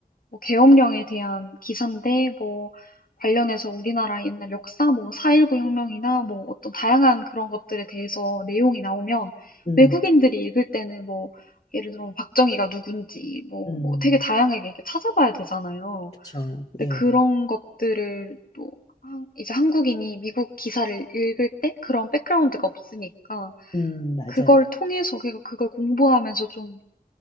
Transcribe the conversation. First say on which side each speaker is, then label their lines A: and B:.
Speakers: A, on the left; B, on the left.
A: 뭐 계엄령에 대한 기사인데 뭐 관련해서 우리나라 옛날 역사 뭐 4.19 혁명이나 뭐 어떤 다양한 그런 것들에 대해서 내용이 나오면
B: 음,
A: 외국인들이 읽을 때는 뭐 예를 들어 뭐 박정희가 누군지 뭐,
B: 음,
A: 뭐 되게 다양하게 이렇게 찾아봐야 되잖아요.
B: 그쵸.
A: 근데
B: 예,
A: 그런 것들을 또 한- 이제 한국인이 미국 기사를 읽을 때 그런 백그라운드가 없으니까
B: 음, 맞아요.
A: 그걸 통해서 그러니까 그걸 공부하면서 좀